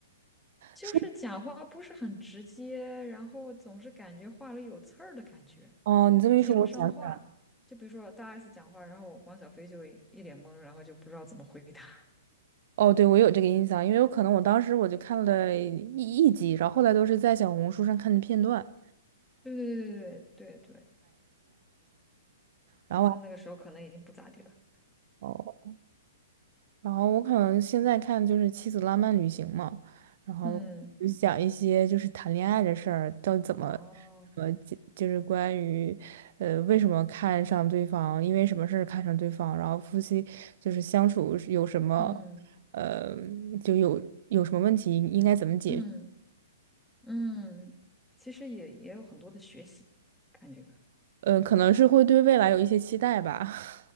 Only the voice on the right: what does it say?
说，
哦，你这么一说，
我想起来了，
哦，对，我有这个印象，因为我可能我当时我就看了一一集，然后后来都是在小红书上看的片段，
然后啊。
哦然后我可能现在看就是《妻子浪漫旅行》嘛，然后就讲一些就是谈恋爱的事儿，
到底怎么，
呃，就是关于，呃，为什么看上对方，因为什么事儿看上对方，然后夫妻就是相处是有什么，
呃，就有有什么问题应该怎么解决，
呃，可能是会对未来有一些期待吧。<laughs>